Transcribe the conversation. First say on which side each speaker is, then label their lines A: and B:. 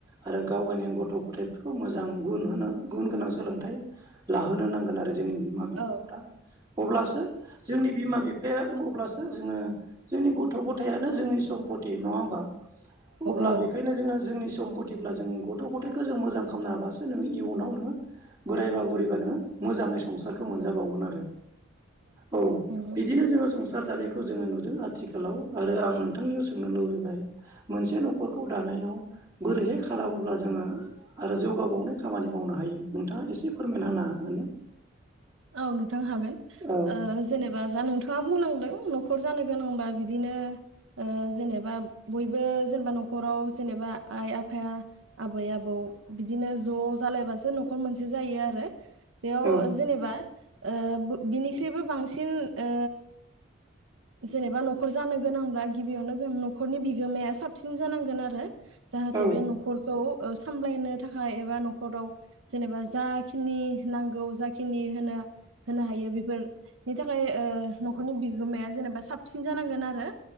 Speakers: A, on the right; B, on the right.
A: आरो। गाव गावनि गथ' गथायफोरखौ मोजां गुन गोनां सोलोंथाइ लाहोनो नांगोन आरो। जोंनि बिमा बिफाफोरा
B: औ
A: अब्लासो जोंनि बिमा बिफाया अब्लासो जोङो जोंनि गथ' गथायानो जोंनि सम्पति नङा होमबा अब्ला
B: औ
A: बेखायनो जोङो जोंनि सम्पतब्ला जों गथ' गथथायखौ जों मोजां खालामनो हाबासो नोङो इयुनाव नोङो बोरायबा बुरैबा नोङो मोजाङै संसारखौ मोनजाबावगोन आरो। औ
B: नंगौ
A: बिदिनो जोङो संसार जानायखौ जोङो नुदों आरो। आथिखालाव आरो आं नोंथांनियाव सोंनो लुबैबाय मोनसे न'खरखौ दानायाव बोरैहाय खालामोब्ला जोङो। आरो जौगाबावनाय खामानि मावनो हायो नोंथाङा एसे फोरमायना होनो हागोन ना?
B: औ नोंथां हागोन ओ
A: औ
B: जेनेबा जा नोंथाङा बुंलांदों न'खर जानो गोनांबा बिदिनो। ओ जेनेबा बयबो जेनेबा न'खराव जेनेबा आइ आफाया आबै-आबौ। बिदिनो ज' जालायबासो न'खर मोनसे जायो आरो बेयाव
A: औ
B: जेनेबा। ओ बिनिख्रुइबो बांसिन ओ जेनेबा न'खर जानो गोनांब्ला गिबियावनो जों न'खरनि बिगोमाया साबसिन जानांगोन आरो। जाहाथे
A: औ
B: बे न'खरखौ। सामलायनो थाखाय एबा न'खराव जेनेबा जाखिनि नांगौ जाखिनि होनो। होनो हायो बेफोरनि थाखाय ओ न'खरनि बिगोमाया जेनेबा साबसिन जानांगोन आरो।